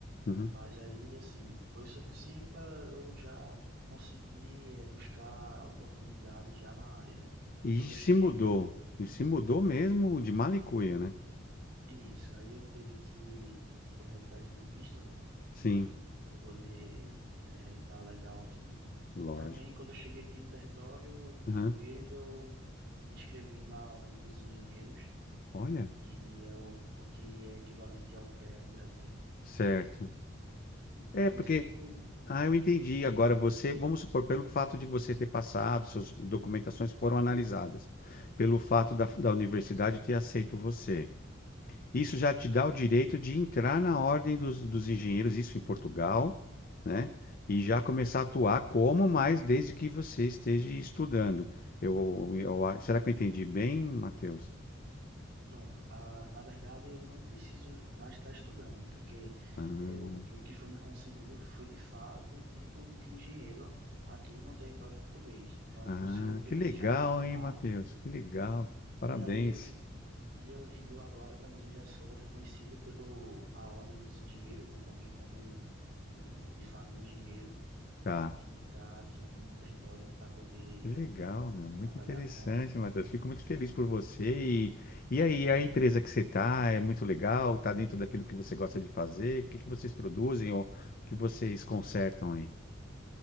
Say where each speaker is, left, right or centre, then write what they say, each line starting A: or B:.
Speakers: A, on the left; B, on the right.
A: Uhum.
B: mas aí, assim, foi suficiente para eu já conseguir eh, buscar oportunidade já na área, né?
A: E
B: Quando eu
A: se
B: cheguei
A: mudou.
B: aqui,
A: E se mudou mesmo de mala e cuia, né?
B: isso, aí eu tive que correr atrás do visto, né,
A: Sim,
B: para poder estar tá legal aqui.
A: lógico.
B: E também, quando eu cheguei aqui no território
A: Aham.
B: português, eu me inscrevi na Ordem dos Engenheiros
A: Olha,
B: que é o, o que é equivalente ao CREA no Brasil, né?
A: certo.
B: E daí
A: É, porque
B: feito e
A: Ah, eu entendi. Agora você, vamos supor, pelo fato de você ter passado, suas documentações foram analisadas, pelo fato da, da universidade ter aceito você. Isso já te dá o direito de entrar na ordem dos, dos engenheiros, isso em Portugal, né? E já começar a atuar como mais desde que você esteja estudando. Eu, eu- eu- será que eu entendi bem, Matheus?
B: pronto. Ah, na verdade, eu não preciso mais estar estudando, porque
A: Ah,
B: é, o, o que foi me concedido foi de fato o título de engenheiro aqui no território português. Então é
A: ah,
B: como se eu tivesse
A: que legal,
B: já me formado
A: hein, Matheus? Que legal.
B: e
A: Parabéns.
B: daí eu j- E eu, e eu agora também já sou reconhecido pelo a Ordem dos Engenheiros, né, também como um, um, de fato um engenheiro
A: Tá.
B: que está aqui no território para poder
A: Que legal,
B: aí
A: meu. Muito
B: trabalhar
A: interessante,
B: com.
A: Matheus. Fico muito feliz por você. E, e aí, a empresa que você está é muito legal? Está dentro daquilo que você gosta de fazer? O que que vocês produzem ou o que vocês consertam aí?